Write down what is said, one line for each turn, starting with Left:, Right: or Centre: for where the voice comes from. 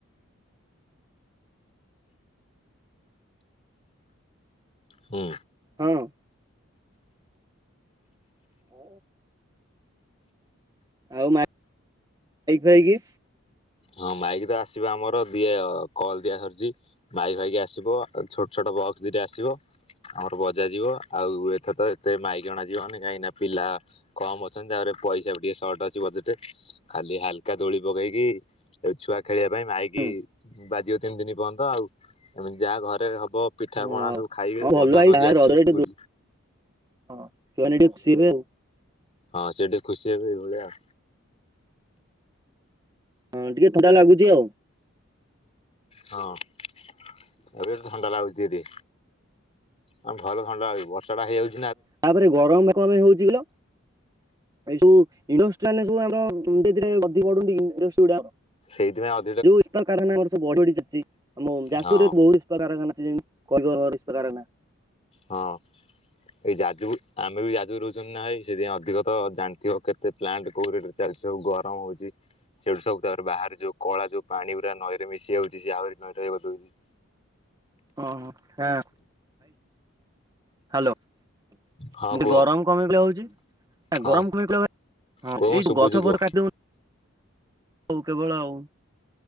Left: ହୁଁ।
Right: ହଁ। ଓ। ଆଉ ମାଇକ ଖାଇକି
Left: ହଁ ମାଇକି ତ ଆସିବା ଆମର ଦିଏ କଲ୍ ଦିଆସରିଚି। ମାଇକି ଭାଇକି ଆସିବ ଛୋଟ ଛୋଟ ବକ୍ସ ଦିଟା ଆସିବ। ଆମର ବଜା ଯିବ ଆଉ ଏଥେ ତ ଏତେ ମାଇକ ଅଣା ଯିବନି କାହିଁକି ନାଁ ପିଲା କମ୍ ଅଛନ୍ତି ତାପରେ ପଇସା ଟିକେ ସର୍ଟ ଅଛି ବଜେଟରେ ଖାଲି ହାଲକା ଦୋଳି ପକେଇକି ଏ ଛୁଆ ଖେଳିବା ପାଇଁ ମାଇକି
Right: ହୁଁ
Left: ବାଜିବ ତିନି ଦିନ ପର୍ଯ୍ୟନ୍ତ ଆଉ ଏମତି ଯାହା ଘରେ ହବ ପିଠା
Right: ହଁ
Left: ପଣା ସବୁ ଖାଇବେ
Right: ହଁ ଭଲ
Left: ବଦଂହୁ
Right: ଭାଇ
Left: ବାନ୍ଧବ
Right: ଯାହା
Left: ଆସିବେ
Right: ରଜରେ ଟିକେ
Left: ବୁ
Right: ହଁ ଛୁଆମା <unintelligible>
Left: ହଁ ସେ ଟିକେ ଖୁସି ହେବେ ଏଇ ଭଳିଆ।
Right: ହଁ ଟିକେ ଥଣ୍ଡା ଲାଗୁଚି ଆଉ।
Left: ହଁ ଏବେଟ ଥଣ୍ଡା ଲାଗୁଛି ଦୀ ହଁ ଭଲଥଣ୍ଡା ହଉଚି ବର୍ଷା ହେଇଯାଉଚି।
Right: ତାପରେ ଗରମ କନ୍ ପାଇଁ ହଉଚି କିଲୋ ଏଇ ସବୁ ଇଣ୍ଡି ମାନେ ସବୁ ଆମରୀରେ ଅଧିକ ବଢୁନ ଇ ଗୁଡା ଆମର
Left: ସେଇତି ପାଇଁ ଅ
Right: ଯୋଉପା କାରାନ ଆର ସବୁ ବଢଡି ଯଛି ଆମ ଯାଜପୁରରେ
Left: ହଁ
Right: ବହୁତ୍ କାରଖାନା ଅଛି କହିବକାର ନାଁ।
Left: ହଁ। ଏଇ ଯାଜୁ ଆମେ ବି ଯାଜୁ ରହୁଚନ୍ତି ନାଁ ଭାଇ ସେଥିପାଇଁ ଅଧିକ ତ ଜାଣିଥିବ କେତେ ପ୍ଲାଣ୍ଟ କୋଉର ଚାଲିଚି ସବୁ ଗରମ ହଉଚି। ସେଇଠୁ ସବୁ ତାପରେ ବାହାରେ ଯୋଉ କଳା ଯୋଉ ପାଣି ପୁରା ନଈରେ ମିଶି ଯାଉଛି ସେ ଆହୁରି ନଈ <unintelligible> ଦଉଛି।
Right: ଓ ହୋ ହାଁ। ହ୍ୟାଲୋ ଏମିତି
Left: ହଁ କୁହ
Right: ଗରମ କଣ <unintelligible> ହଉଚି।
Left: ହଁ
Right: ଗରମ କଣ ପାଇଁ କହିଲ ହଉଚି ହଁ
Left: କୁହ ମ
Right: ଏଇ
Left: ଶୁଭୁଛି
Right: ଯୋଉଁ ଗଛ
Left: କୁହ
Right: ଫଛ କାଟିଦଉଚ ହଉ କେବଳ ଆଉ